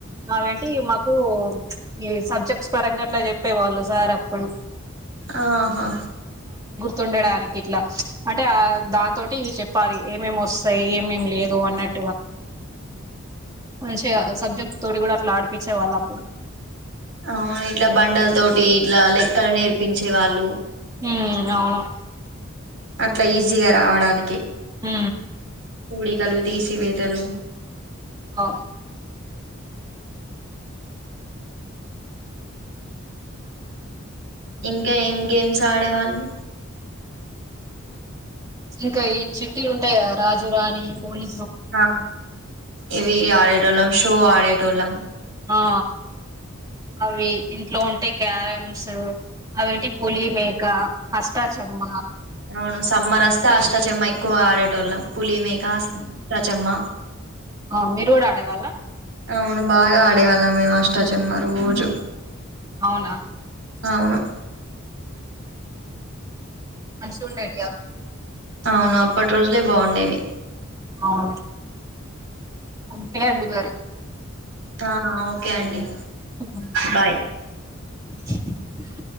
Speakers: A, on the right (about 15°); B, on the right (about 70°).
A: అవేంటి మాకు ఈ సబ్జెక్ట్స్ పరంగా అట్లా చెప్పే వాళ్ళు సార్ అక్కడు
B: ఆహో
A: తండడానికి ఇట్లా అంటే ఆ దాంతోటి ఇవి చెప్పాలి ఏమేమి వస్తాయి ఏమేమి లేదు అన్నట్టు మంచి సబ్జెక్ట్ తోటి కూడా అట్లా ఆడిపించే వాళ్ళు అప్పుడు
B: అవును ఇట్లా బండల తోటి ఇట్లా లెక్కలు నేర్పించే వాళ్ళు
A: హ అవును
B: అట్లా ఈజీగా రావడానికి
A: హ
B: పూడికలు తీసివేతలు
A: ఆ
B: ఇంకా ఏం గేమ్స్ ఆడేవాళ్ళు
A: ఇంకా ఈ చిట్టీలు ఉంటాయిదా రాజు రాణి పోలీ
B: ఆ ఏవి ఆడటళం షో ఆడేటోళం
A: ఆ అవి ఇంట్లో ఉంటే క్యారమ్స్ అవిేంటి పులి మేక అష్టాచమ్మా
B: అవును సమ్మర్ వస్తే అష్టచమ ఎక్కువ ఆడేట వాళ్ళం పులీ మే కా స అష్టాచమ్మ
A: ఆ మీరు కూడా ఆడేవాళ్ళ
B: అవును బాగా ఆడేవాళ్ళం వాస్తా చె అమ్మా రోజు
A: అవునా
B: అవును
A: మనషూండ అడియా
B: అవును అప్పటి రోజులే బాగుండేవి
A: అవును ఓకే అడి పేరి
B: ఆ ఓకే అండి
A: ఆ
B: బాయ్